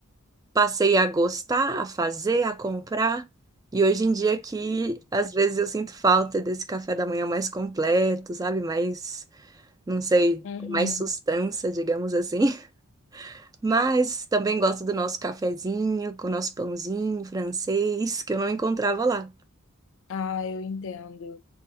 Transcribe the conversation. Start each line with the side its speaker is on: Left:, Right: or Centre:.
Right: passei a gostar, a fazer, a comprar. E hoje em dia aqui, às vezes eu sinto falta desse café da manhã mais completo, sabe? Mais, não sei,
Left: Uhum.
Right: com mais sustância, digamos assim. Mas também gosto do nosso cafezinho, com o nosso pãozinho francês, que eu não encontrava lá.
Left: Ah, eu entendo.